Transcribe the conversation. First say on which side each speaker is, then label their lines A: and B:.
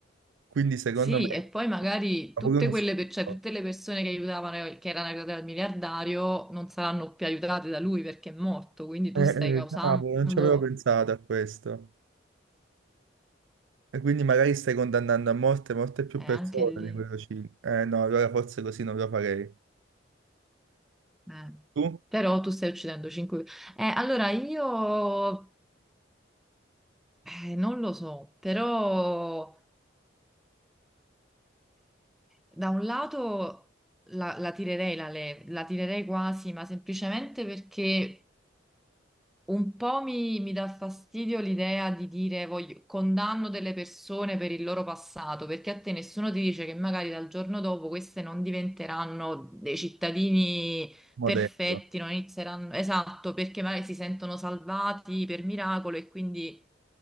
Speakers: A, on the right; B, in the centre.
A: Quindi secondo
B: Sì,
A: me
B: e poi magari
A: è
B: tutte
A: pure uno
B: quelle,
A: schifo.
B: per- cioè, tutte le persone che aiutavano, che erano aiutate dal miliardario, non saranno più aiutate da lui perché è morto, quindi tu
A: Eh,
B: stai causando,
A: eh, cavolo, non ci avevo pensato a questo. E quindi magari stai condannando a morte molte più
B: eh,
A: persone
B: anche lì.
A: di quello 5. Eh no, allora forse così non lo farei.
B: Eh.
A: Tu?
B: Però tu stai uccidendo 5. Eh, allora io eh, non lo so, però da un lato la, la tirerei la leva, la tirerei quasi, ma semplicemente perché Un po' mi, mi dà fastidio l'idea di dire voglio, condanno delle persone per il loro passato, perché a te nessuno ti dice che magari dal giorno dopo queste non diventeranno dei cittadini
A: Modello.
B: perfetti, non inizieranno, esatto, perché magari si sentono salvati per miracolo e quindi